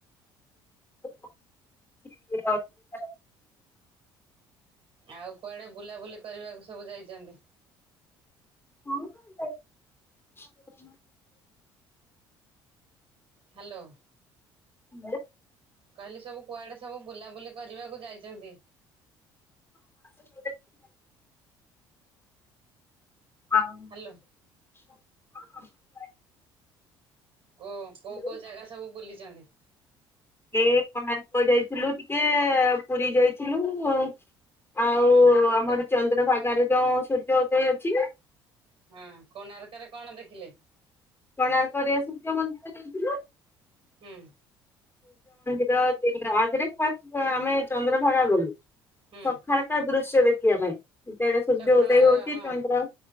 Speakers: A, on the left (about 20°); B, on the right (about 50°).
A: <inaudible>
B: ଆଉ କୁଆଡ଼େ ବୁଲାବୁଲି କରିବାକୁ ସବୁ ଯାଇଚନ୍ତି।
A: ହଁ ଯାଇଥିଲୁ
B: ହ୍ୟାଲୋ।
A: <unintelligible>
B: କହିଲି ସବୁ କୁଆଡେ ସବୁ ବୁଲାବୁଲି କରିବାକୁ ଯାଇଚନ୍ତି?
A: <inaudible> <unintelligible>
B: ହ୍ୟାଲୋ କୋଉ
A: ଯାଇଥିଲୁ
B: କୋଉ କୋଉ ଜାଗା ସବୁ ବୁଲିଚନ୍ତି?
A: ଏ କୋଣାର୍କ ଯାଇଥିଲୁ ଟିକେ ପୁରୀ ଯାଇଥିଲୁ ଆଉ ଆଉ
B: ହୁଁ
A: ଆମର
B: କୋ
A: ଚନ୍ଦ୍ରଭାଗାରେ ଯୋଉ ସୂର୍ଯ୍ୟ ଉଦୟ ଅଛି।
B: ହଁ କୋଣାର୍କରେ କଣ ଦେଖିଲେ?
A: କୋଣାର୍କରେ ସୂର୍ଯ୍ୟ ମନ୍ଦିର ଯାଇଥିଲୁ।
B: ହୁଁ।
A: ତ ଆଗରେ ଫାଷ୍ଟ ଆମେ ଚନ୍ଦ୍ରଭାଗା ଗଲୁ
B: ହୁଁ
A: ସଖାଳଟା ଦୃଶ୍ୟ ଦେ ଦେଖିବା ପାଇଁ ଯେତେବେଳେ ସୂର୍ଯ୍ୟ
B: ସକାଳ
A: ଉଦୟ ହୋଉଚି
B: ହଁ
A: ଚନ୍ଦ୍ର